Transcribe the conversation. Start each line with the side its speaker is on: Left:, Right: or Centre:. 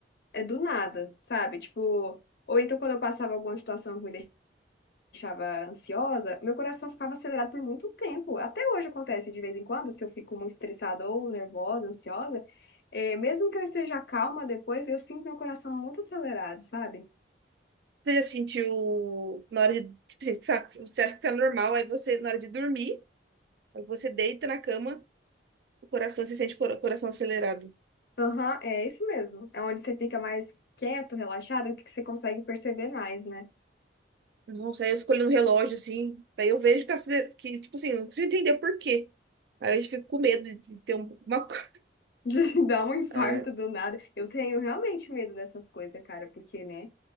Left: é do nada, sabe? Tipo, ou então quando eu passava alguma situação que me deixava ansiosa, meu coração ficava acelerado por muito tempo. Até hoje acontece de vez em quando, se eu fico muito estressada ou nervosa, ansiosa, é, mesmo que eu esteja calma depois, eu sinto meu coração muito acelerado, sabe?
Right: Você já sentiu na hora de, tipo, assim, sa- você acha que tá normal, aí você, na hora de dormir, aí você deita na cama, o coração, você sente o cora- coração acelerado.
Left: Aham, é isso mesmo. É onde você fica mais quieto, relaxado, que você consegue perceber mais, né?
Right: Nossa, aí eu fico olhando o relógio, assim, aí eu vejo que tá, acele- que, tipo assim, eu não consigo entender por quê. Aí eu fico com medo de ter um- uma... co- <laughs>
Left: <laughs> De dar um infarto
Right: Ah,
Left: do nada. Eu tenho realmente medo dessas coisas, cara, porque, né?